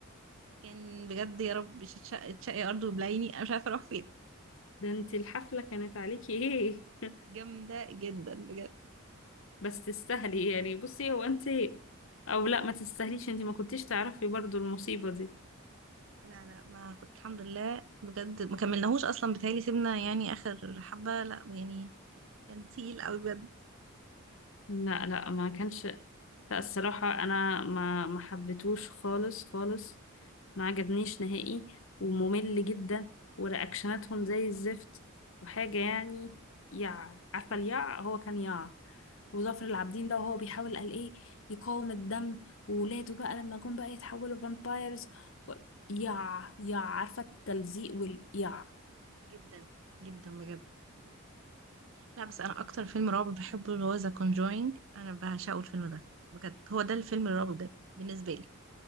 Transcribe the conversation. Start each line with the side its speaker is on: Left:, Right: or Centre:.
Right: كان بجد يا رب تشق- تشقي أرض وبلعيني أنا مش عارفة أروح فين
Left: ده انت الحفلة كانت عليكي ايه <laughs>
Right: جامدة جدا بجد
Left: بس تستاهلي يعني بصي هو انت او لا ما تستاهليش انتي ما كنتيش تعرفي برضو المصيبة دي
Right: لا لا ما كنت الحمد لله بجد ما كملناهوش اصلا بتهيألي سيبنا يعني اخر حبة لا يعني كان تقيل قوي بجد
Left: لا لا ما كانش لا الصراحة انا ما ما حبيتهوش خالص خالص ما عجبنيش نهائي وممل جدا ورياكشناتهم زي الزفت وحاجة يعني يع عارفة اليع هو كان يع وظافر العابدين ده وهو بيحاول قال ايه يقاوم الدم وولاده بقى لما جم بقى يتحولوا فامبايرز و... يع يع عارفة التلزيق واليع
Right: جدا جدا بجد لا بس انا اكتر فيلم رعب بحبه اللي هو ذا كونجوينج انا بعشقه الفيلم ده بجد هو ده الفيلم الرعب بجد بالنسبة لي